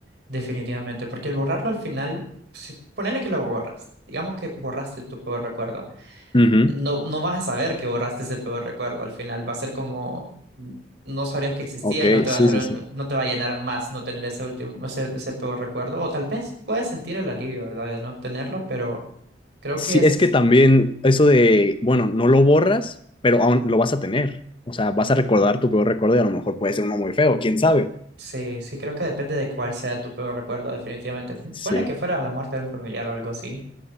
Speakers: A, on the right; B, on the left.
A: definitivamente, porque el borrarlo al final, si, ponele que lo borras, digamos que borraste tu peor recuerdo.
B: Ujú.
A: No, no vas a saber que borraste ese peor recuerdo al final, va a ser como mm, no sabrías que existía,
B: Ok,
A: no te
B: sí,
A: va a hacer,
B: sí,
A: un-
B: sí.
A: no te va a llenar más no tener ese último, ese, ese peor recuerdo, o tal vez puedes sentir el alivio, ¿verdad? De no tenerlo, pero creo
B: Sí,
A: que es,
B: es que también eso de, bueno, no lo borras, pero aún lo vas a tener. O sea, vas a recordar tu peor recuerdo y a lo mejor puede ser uno muy feo, quién sabe.
A: sí, sí, creo que depende de cuál sea tu peor recuerdo, definitivamente. Pon-
B: Sí.
A: Ponle que fuera la muerte de un familiar o algo así.